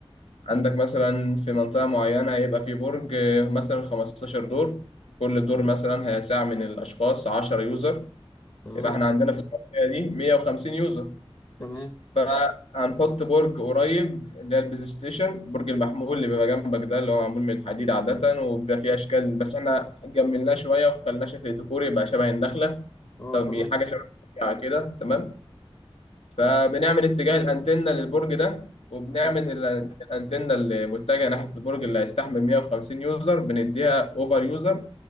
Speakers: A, on the left (about 80°); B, on the left (about 40°).
A: عندك مثلا في منطقة معينة هيبقى في برج آه، مثلا 15 دور كل دور مثلا هيسع من الأشخاص 10 يوزر
B: تمام
A: يبقى إحنا عندنا في المنطقة دي 150 يوزر
B: تمام
A: فهنحط برج قريب اللي هي البلاي ستيشن برج المحمول اللي بيبقى جنبك ده اللي هو معمول من الحديد عادة وبيبقى فيه أشكال بس إحنا جملناه شوية وخلناه شكل ديكوري يبقى شبه النخلة
B: اه
A: طب
B: تمام
A: حاجة شبه الطبيعة كده تمام فبنعمل اتجاه الأنتنة للبرج ده وبنعمل
B: امم
A: ال- الأنتنة اللي متجهة ناحية البرج اللي هيستحمل 150 يوزر بنديها أوفر يوزر